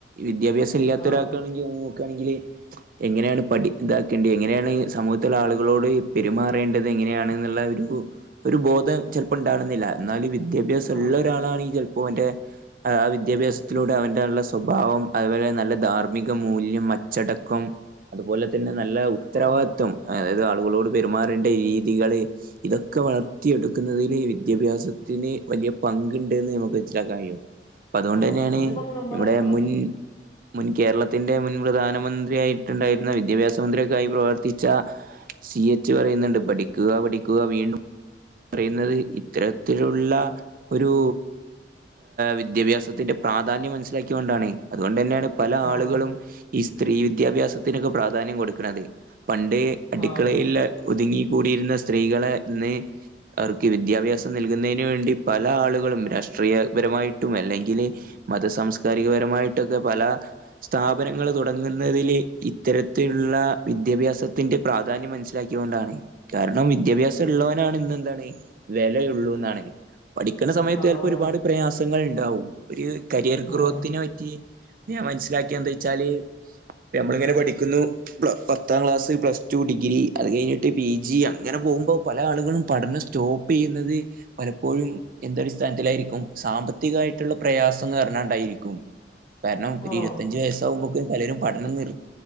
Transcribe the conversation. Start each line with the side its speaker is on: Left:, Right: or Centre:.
Right: വിദ്യാഭ്യാസം ഇല്ലാത്ത
Left: ആ
Right: ഒരാൾക്കാണെങ്കിൽ നോക്കാണെങ്കില് എങ്ങനെയാണ് പഠി ഇതാക്കേണ്ടത് എങ്ങനെയാണ് സമൂഹത്തിലെ ആളുകളോട് പെരുമാറേണ്ടത്. എങ്ങനെയാണന്ന്‌ ള്ള ഒരു ബോധം ചിലപ്പോ ഉണ്ടാകണോന്നില്ല എന്നാല് വിദ്യ വിഭ്യാസം
Left: ആ
Right: ഉള്ള ഒരാളാണ് ഈ ചിലപ്പോ ഓന്റെ വിദ്യാഭ്യാസ ത്തിലൂടെ അവന്റെള്ള സ്വഭാവം അതുപോലെ നല്ല ധാർമ്മിക ധാർമ്മിക മൂല്യം അച്ചടക്കം അതുപോലെ തന്നെ നല്ല ഉത്തരവാദിത്വം
Left: ആ
Right: അതായത് ആളുകളോട് പെരുമാറേണ്ട രീതികള്, ഇതൊക്കെ വളർത്തി എടുക്കുന്നതില് വിദ്യാഭ്യാസത്തിന് വലിയ പങ്കുണ്ട്ന്ന് നമുക്ക് മനസിലാക്കാ ൻ കഴിയും.
Left: <inaudible>
Right: അതുകൊണ്ട് തന്നെയാണ്
Left: സത്യം പറഞ്ഞാ നമ്മളെ
Right: നമ്മുടെ
Left: ആഹ്
Right: മുൻ മുൻ കേരളത്തിന്റെ മുൻ പ്രധാനമന്ത്രിയായിട്ടുണ്ടായിരുന്ന വിദ്യാഭ്യാസ മന്ത്രിയൊ ക്കായി പ്രവർത്തിച്ച സി എച്ച് പറയുന്നുണ്ട് പഠിക്കുക പഠിക്കുക വീണ്ടും, പറയുന്നത് ഈ- ഇത്തരത്തിലുള്ള ഒരു വിദ്യാഭ്യാസത്തിന്റെ പ്രാധാന്യം അനു ക്കൊണ്ടാണ് അതുകൊണ്ട് ന്നെയാണ് പല
Left: ആ
Right: ആളുകളും- ത്തി ഈ സ്ത്രീ വിദ്യാഭ്യാസത്തിനൊക്കെ പ്രാധാന്യം കൊടുക്കണത് പണ്ട് അടുക്കളയിൽ
Left: ആ
Right: ഉള്ള ഒതുങ്ങി കൂടിയിരുന്ന സ്ത്രീകളെ ഇന്ന്- അവർക്ക് വിദ്യാഭ്യാസം നൽകുന്നതിന് വേണ്ടി പല ആളുകളും രാഷ്ട്രീയപരമായിട്ടും അല്ലെങ്കില് മതസാംസ്കാരികപരമായിട്ടൊക്കെ പല സ്ഥാപനങ്ങൾ തുടങ്ങുന്നതില് ഇത്തരത്തിലുള്ള വിദ്യാഭ്യാസത്തിന്റെ പ്രാധാന്യമനുസരി ക്കിക്കൊണ്ടാണ് കാരണം വിദ്യാഭ്യാസം ഉള്ളോനാണ് ഇന്ന് എന്താണ് വിലയു ള്ളൂന്നാണ്. പഠിക്കണ സമയത്ത്
Left: ആ
Right: ചിലപ്പോ
Left: അതാണ്
Right: ഒരുപാട് പ്രയാസങ്ങൾ ഉണ്ടാവും ഒരു കരിയർ
Left: ആ
Right: ഗ്രോത്തിനൊ പറ്റി ഞാൻ മനസ്സിലാക്കിയ എന്ത വച്ചാല് നമ്മളിങ്ങനെ പഠിക്കുന്നു. മ്ലാ പത്താം ക്ലാസ് പ്ലസ്ടു ഡിഗ്രി അത് കഴിഞ്ഞിട്ട് പി ജി അങ്ങനെ പോവുമ്പോ പല ആളുകളു പഠന സ്റ്റോപെയ്യുന്നത് പലപ്പോഴും ഇന്തടി സ്ഥാനത്തിലായിരിക്കും സാമ്പത്തികായിട്ട്ള്ള പ്രയാസംന്നാ പറഞ്ഞാണ്ടായിരിക്കും
Left: <inaudible>
Right: കാരണം ഒരു
Left: ആ
Right: ഇരുപത്തഞ്ച് വയസ്സാ കുമ്പോഴക്കും പലരും പഠനം നിർ